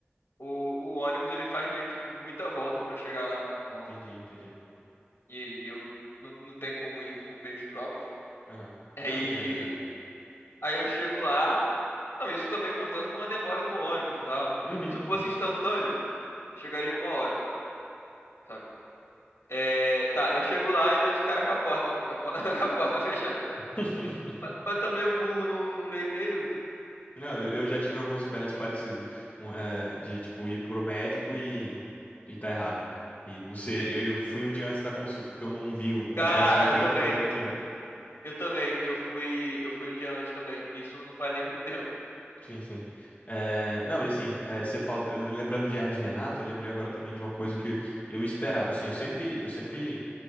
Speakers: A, on the left; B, on the left.
A: o, o ônibus ele faz meio que muita volta pra chegar lá. Então,
B: Entendi, entendi.
A: e, e eu não, não tenho como ir por meios próprios.
B: Aham.
A: Aí,
B: Não, entendo, entendo.
A: aí eu chego lá. Não, isso também contando com a demora do ônibus e tal.
B: Uhum.
A: Se, eu- se eu fosse instantâneo, eu chegaria em uma hora, sabe? É, tá, eu chego lá e dou de cara com a porta, com a porta, <laughs> com a porta fechada.
B: <laughs>
A: Mas, mas também o burro não, não lê e-mail.
B: Não, eu eu já tive algumas experiências parecidas. Um, é, de, tipo, ir pro médico e, e tá errado. E não sei, eu, eu fui um dia antes da consulta, porque eu não vi o- a
A: Cara,
B: diferença de 30
A: eu também.
B: pra trinta e um
A: Eu também. Eu fui, eu fui um dia antes também. Isso não faz nem muito tempo.
B: Sim, sim. É, não, e assim, é, você fala, eu- lembrando de Hermes e Renato, eu lembrei agora também de uma coisa que eu esperava, assim, eu sempre, eu sempre